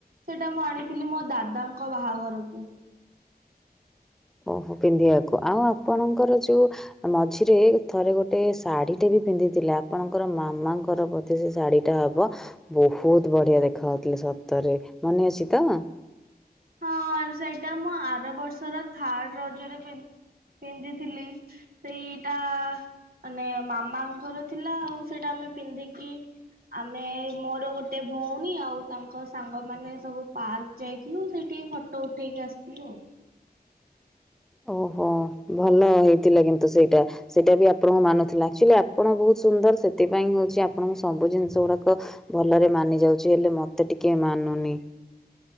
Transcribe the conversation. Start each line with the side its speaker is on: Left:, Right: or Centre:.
Right: ସେଇଟା ମୁଁ ଆଣିଥିଲି ମୋ ଦାଦାଙ୍କ ବାହାଘରକୁ।
Centre: ଓହୋ ପିନ୍ଧିବାକୁ। ଆଉ ଆପଣଙ୍କର ଯୋଉ ମଝିରେ ଥରେ ଗୋଟେ ଶାଢୀ ଟା ବି ପିନ୍ଧିଥିଲେ। ଆପଣଙ୍କର ମାମାଙ୍କର ବ ସେ ଶାଢୀ ଟା ହବ ବହୁତ ବଢିଆ ଦେଖାଯାଉଥିଲେ ସତରେ ମନେ ଅଛି ତ।
Right: ହଁ ସେଇଟା ମୁଁ ଆର ବର୍ଷର ଥାର୍ଡ ରଜରେ ପିନ୍ଧିଥିଲି। ସେଇଟା ମାନେ ମାମାଙ୍କର ଥିଲା। ଆଉ ସେଇଟା ଆମେ ପିନ୍ଧିକି ଆମେ ମୋର ଗୋଟେ ଭଉଣୀ ଆଉ ତାଙ୍କ ସାଙ୍ଗମାନେ ସବୁ ପାର୍କ ଯାଇଥିଲୁ। ସେଇଠି ଫଟୋ ଉଠେଇକି ଆ---ଲୁ ଆଉ।
Centre: ଓହୋ, ଭଲ ହେଇଥିଲା କିନ୍ତୁ ସେଇଟା। ସେଇଟା ବି ଆପଣଙ୍କୁ ମାନୁ ଥିଲା, ଲି ଆପଣ ବହୁତ୍ ସୁନ୍ଦର। ସେଥିପାଇଁ ହଉଚି ଆପଣଙ୍କୁ ସବୁ ଜିନିଷ ଗୁଡ଼ାକ ଭଲରେ ମାନି ଯାଉଚି, ହେଲେ ମତେ ଟିକେ ମାନୁନି।